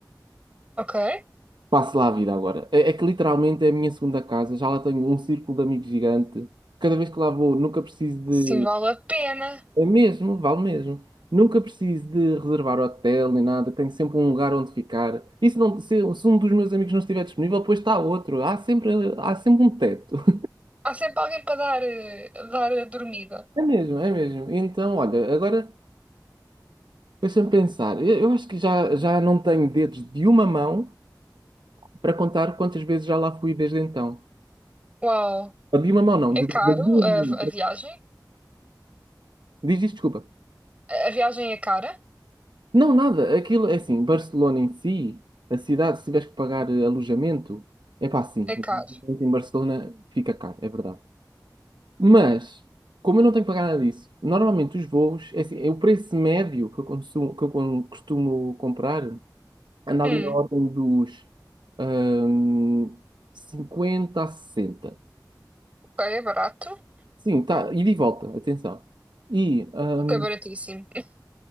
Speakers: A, on the right (about 20°); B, on the right (about 80°).
A: ok.
B: passo lá a vida agora. É, é que literalmente é a minha segunda casa, já lá tenho um círculo de amigos gigante. Cada vez que lá vou, nunca preciso de
A: Sim, vale a pena.
B: É mesmo, vale mesmo. Nunca preciso de reservar hotel nem nada, tenho sempre um lugar onde ficar. E se, não, se, se um dos meus amigos não estiver disponível, depois está outro. Há sempre, há sempre um teto. <laughs>
A: Há sempre alguém para dar, eh, dar a dormida.
B: É mesmo, é mesmo. Então, olha, agora deixa-me pensar. Eu, eu acho que já, já não tenho dedos de uma mão para contar quantas vezes já lá fui desde então.
A: Uau,
B: Ou de uma mão, não,
A: é
B: de,
A: caro
B: das duas
A: a,
B: mãos.
A: a viagem?
B: Diz isto, desculpa.
A: A a viagem é cara?
B: Não, nada. Aquilo é assim, Barcelona em si, a cidade, se tiveres que pagar eh, alojamento, é pá, sim.
A: É
B: o
A: caro.
B: alojamento Em Barcelona fica caro, é verdade. Mas, como eu não tenho que pagar nada disso, normalmente os voos, é assim, é o preço médio que eu consumo, que eu con- costumo comprar, anda
A: Hum,
B: ali na ordem dos ahm, 50 a sessenta
A: ok, é barato.
B: Sim, tá, ida e de volta, atenção. E hum,
A: Ok, baratíssimo. <laughs>